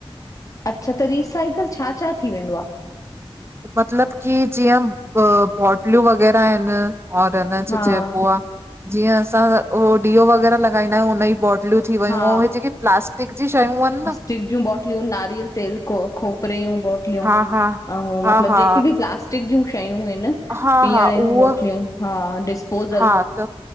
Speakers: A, on the left; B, on the right.
A: अच्छा, त रिसाइकल छा- छा थी वेंदो आ?
B: मतलबु की ॼीअं अ बॉटल्यूं वग़ैरह ऐनि। और हिन छा
A: हा
B: चइॿो आ, ॼीअं असां हो डीओ वग़ैरह लगाईंदा आहयूं, उन्हॼी बॉटलियूं थी वयूं,
A: हा
B: अंउं जेकी प्लास्टिक जी शयूं आहिनि न?
A: फ्रिॼ ॼुं बॉटलियूं नारियल तेल खो खोपरेयूं जी बो लयुं,
B: हा हा
A: अऊं मतलबु
B: हा हा
A: ॼेकी ॿि प्लास्ट टिक ॼू शयूं हिनि,
B: हा
A: पीअंणु
B: हा उहा
A: ॼू बॉटलियूं हा डिस्पोजल
B: हा त